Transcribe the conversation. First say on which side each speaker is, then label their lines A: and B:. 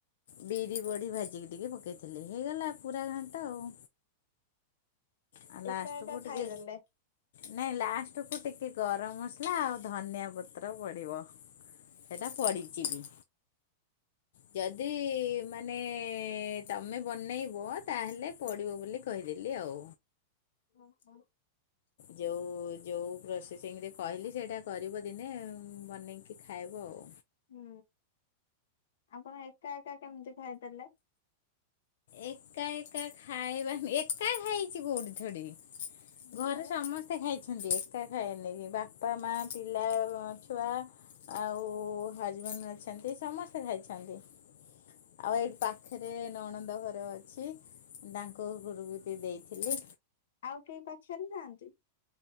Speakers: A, on the left; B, on the left.
A: ବିରି ବଢ଼ି ଭାଜିକି ଟିକେ ପକେଇଥିଲି ହେଇଗଲା ପୁରା ଘାଣ୍ଟ ଆଉ। ଆଉ ଲାଷ୍ଟକୁ
B: ଏକା ଏକା
A: ଟିକେ
B: ଖାଇଦେଲେ।
A: ନାଇଁ ଲାଷ୍ଟ କୁ ଟିକେ ଗରମ ମସଲା ଆଉ ଧନିଆ ପତ୍ର ପଡିବ। ସେଟା ପଡିଚି ବି। ଯଦି ମାନ ମାନେ ତମେ ବନେଇବ ତାହେଲେ ପଡିବ ବୋଲି କହିଦେଲି ଆଉ।
B: ହଁ ହଁ।
A: ଯୋଉ ଯୋଉ ପ୍ରୋସେସିଂରେ କହିଲି ସେଇଟା କରିବ ଦିନେ ବନେଇକି ଖାଇବ ଆଉ।
B: ହୁଁ ଆପଣ ଏକା ଏକା କେମିତି ଖାଇଦେଲେ?
A: ଏକା ଏକା ଖାଇବାନି ଏକା ଖାଇଚି କୋଉଠି ଥୋଡ଼ି
B: ହୁଁ,
A: ଘରେ
B: ଆଉ
A: ସମସ୍ତେ ଖାଇଚ ଏକା ଖାଇନି ବାପା ମା ପିଲା ଛୁଆ ଆଉ ହଜବ ଅଛନ୍ତି ସମସ୍ତେ ଖାଇଛନ୍ତି ଆଉ ଏଇଠି ପାଖରେ ନଣନ୍ଦ ଘରେ ଅଛି ତାଙ୍କ ଘରକୁ ଟିକେ ଦେଇଥିଲି।
B: ଆଉ କେହି ପଚାରୁଥାନ୍ତି?